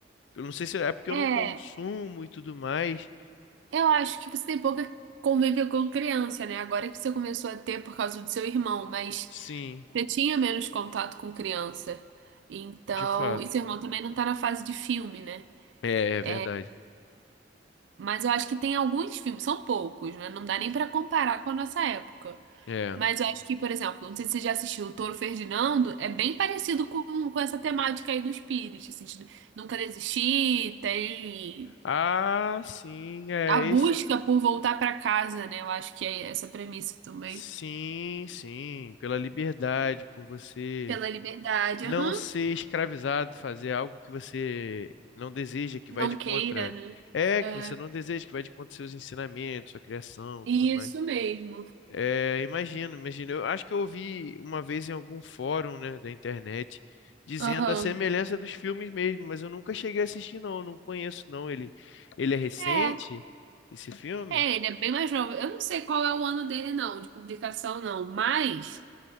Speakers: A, on the left; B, on the right.
A: eu não sei se é porque eu
B: É,
A: não consumo e tudo mais.
B: eu acho que você tem pouca convívio com criança, né? Agora que você começou a ter por causa do seu irmão, mas.
A: Sim,
B: Você tinha menos contato com criança. Então,
A: de fato.
B: e seu irmão também não tá na fase de filme, né?
A: É, é
B: É,
A: verdade.
B: mas eu acho que tem alguns filmes, são poucos, né? Não dá nem pra comparar com a nossa época.
A: É.
B: Mas eu acho que, por exemplo, não sei se você já assistiu o Touro Ferdinando, é bem parecido com, com essa temática aí do espírito, assim, de nunca desistir, tem
A: Ah, sim, é
B: a busca
A: esse.
B: por voltar pra casa, né? Eu acho que é essa premissa também.
A: Sim, sim, pela liberdade, por você
B: Pela liberdade,
A: não
B: aham.
A: ser escravizado, fazer algo que você não deseja, que
B: Não
A: vai de contra.
B: queira, né?
A: É,
B: É,
A: que você não deseja, que vai de contra seus ensinamentos, sua criação,
B: isso
A: tudo mais.
B: mesmo.
A: É, imagino, imagino. Eu acho que eu ouvi uma vez em algum fórum, né, da internet, dizendo
B: Aham.
A: a semelhança dos filmes mesmo, mas eu nunca cheguei a assistir, não, eu não conheço, não. Ele, ele é recente,
B: É,
A: esse filme?
B: é, ele é bem mais novo. Eu não sei qual é o ano dele, não, de publicação, não, mas